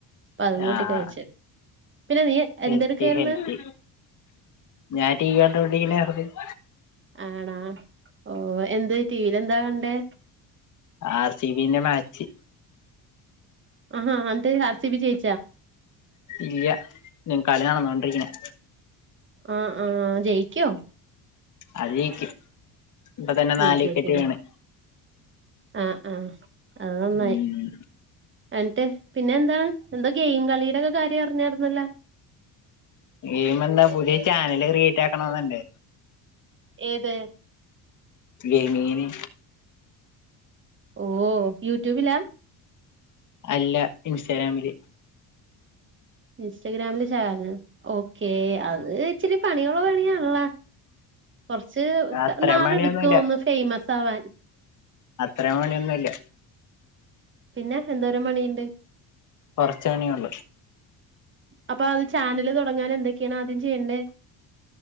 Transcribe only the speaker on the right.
അപ്പോ അതും കൂട്ടി
കഴിച്ച്. പിന്നെ നീ എന്തെടുക്കായിരുന്നു
ആണാ ഓ എന്ത് ടിവിൽ എന്താ കണ്ടേ?
ആഹ്‌ അന്ത്‌ ആർ സി ബി ജെയ്
ആഹ്‌ ആഹ്‌ ജയിക്കോ?
ജയിക്കായിരിക്കുംല്ലേ
ആഹ് ആഹ്‌. അത് നന്നായി
എനിട്ട് പിന്നെ ന്താ. എന്താ എന്താ ഗെയിം കളിയുടെക്കെ കാര്യം അറിഞ്ഞായിരുന്നല്ലോ.
ഏത്
ഓഹ് യൂട്യൂബിലാ
ഇൻസ്റ്റാഗ്രാമിൽ ചാനൽ ഒക്കെ അത് ച്ചിരി പണികളൊ പണിയാണല്ലോ കൊർച്
ക നാള്ട്ക്കും
ന്ന് ഫേമസാവാൻ
പിന്നെ എന്തോരം പണിയ്ണ്ട്
അപ്പൊ അഹ് ചാനല് തൊടങ്ങാനെന്തൊക്കെയാണ് ആദ്യം ചെയ്യെണ്ടെ